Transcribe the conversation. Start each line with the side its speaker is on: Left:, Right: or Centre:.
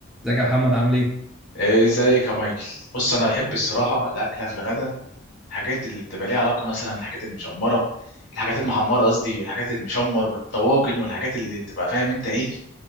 Centre: ازيك يا محمد عامل ايه؟
Left: إيه ازيك يا مايكل بص انا بحب الصراحه الاكله في الغداء الحاجات اللي بتبقى ليها علاقه مثلا الحاجات المشمره الحاجات المحمره قصدي والحاجات المشمر والطواجن والحاجات اللي بتبقى فاهم انت ايه